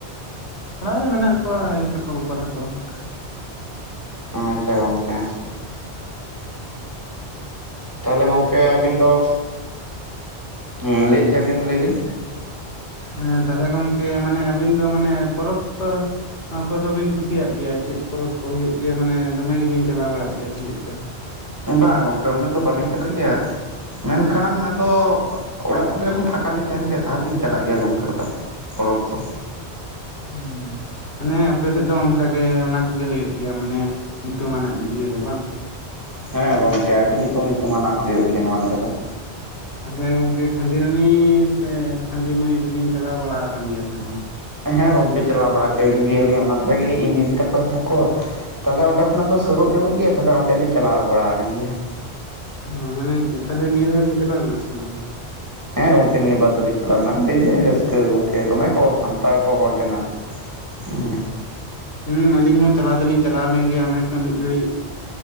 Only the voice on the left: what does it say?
ᱚᱲᱟᱜ ᱨᱮ ᱢᱮᱱᱟᱜ ᱠᱚᱣᱟ ᱟᱭᱳ ᱛᱟᱠᱚ ᱵᱟᱵᱟ ᱛᱟᱠᱚ ᱦᱟᱸᱜ ᱠᱷᱟᱡ
ᱦᱮᱸ ᱛᱟᱦᱞᱮ ᱜᱚᱝᱠᱮ ᱢᱟᱱᱮ ᱟᱹᱵᱤᱱ ᱫᱚ ᱢᱟᱱᱮ ᱯᱚᱨᱚᱵᱽ ᱛᱚ, ᱱᱚᱣᱟ ᱠᱚᱫᱚ ᱵᱤᱱ ᱠᱩᱥᱤᱭᱟᱜ ᱜᱮᱭᱟ ᱪᱮᱫ ᱯᱚᱨᱚᱵᱽ ᱠᱚ ᱦᱩᱭᱩᱜ ᱜᱮᱭᱟ ᱢᱟᱱᱮ ᱫᱚᱢᱮ ᱜᱮᱵᱤᱱ ᱪᱟᱞᱟᱣ ᱵᱟᱲᱟᱜ ᱜᱮᱭᱟ ᱥᱮ ᱪᱮᱫᱠᱟ
ᱦᱩᱸ ᱢᱟᱱᱮ ᱟᱯᱮᱥᱮᱫ ᱫᱚ ᱚᱱᱠᱟ ᱜᱮ ᱚᱱᱟ ᱠᱚᱜᱮ ᱦᱩᱭᱩᱜ ᱜᱮᱭᱟ ᱢᱟᱱᱮ ᱧᱩᱛᱩᱢᱟᱱᱟᱜ ᱤᱭᱟᱹ ᱫᱚ ᱵᱟᱝ
ᱛᱟᱦᱚᱞᱮ ᱜᱚᱝᱠᱮ ᱠᱷᱟᱱᱫᱤ ᱨᱟᱱᱤ ᱥᱮ ᱠᱷᱟᱹᱱᱫᱤ ᱢᱟᱹᱭ ᱫᱚᱵᱤᱱ ᱪᱟᱞᱟᱣ ᱵᱟᱲᱟ ᱟᱠᱟᱱ ᱜᱮᱭᱟ ᱥᱮ ᱵᱟᱝ
ᱚ ᱢᱟᱱᱮ ᱛᱟᱦᱚᱞᱮ ᱱᱤᱭᱟᱹ ᱫᱷᱟᱟᱜ ᱵᱮᱤᱱ ᱪᱟᱞᱟᱣ ᱞᱮᱱᱟ ᱥᱮ ᱵᱟᱝ
ᱦᱩᱸ ᱟᱞᱤᱧ ᱦᱚᱸ ᱪᱟᱞᱟᱣ ᱫᱚ ᱞᱤᱧ ᱪᱟᱞᱟᱣ ᱞᱮᱱ ᱜᱮᱭᱟ ᱚᱱᱮ ᱛᱚ ᱢᱤᱫ ᱜᱷᱟᱹᱲᱤᱡ